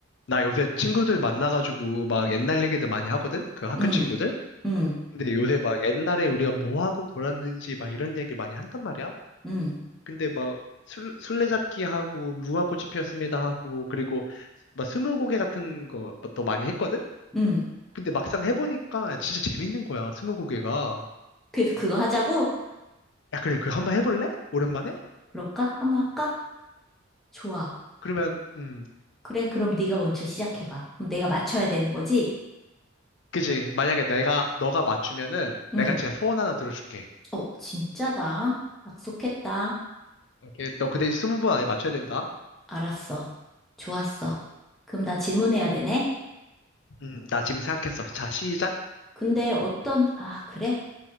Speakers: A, on the left; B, in the centre.
A: 나 요새 친구들 만나가지고 막 옛날 얘기들 많이 하거든? 그 학교
B: 응,
A: 친구들?
B: 응,
A: 근데 요새 막 옛날에 우리가 뭐 하고 놀았는지 막 이런 얘기를 많이 한단 말이야?
B: 응,
A: 근데 막 술, 술래잡기 하고 무궁화꽃이 피었습니다 하고 그리고 막 스무고개 같은 것도 많이 했거든?
B: 응.
A: 근데 막상 해보니까 진짜 재밌는 거야, 스무고개가.
B: 그래서 그거 하자고?
A: 야, 그래, 그 한번 해볼래? 오랜만에?
B: 그럴까? 한번 할까? 좋아.
A: 그러면, 음,
B: 그래, 그럼 네가 먼저 시작해봐. 그럼 내가 맞춰야 되는 거지?
A: 그지. 만약에 내가, 너가 맞추면은
B: 응.
A: 내가 진짜 소원 하나 들어줄게.
B: 어, 진짜다. 약속했다.
A: 오케이. 너 그 대신 스무 번 안에 맞춰야 된다.
B: 알았어. 좋았어. 그럼 나 질문해야 되네?
A: 음, 나 지금 생각했어. 자, 시작.
B: 근데 어떤, 아, 그래?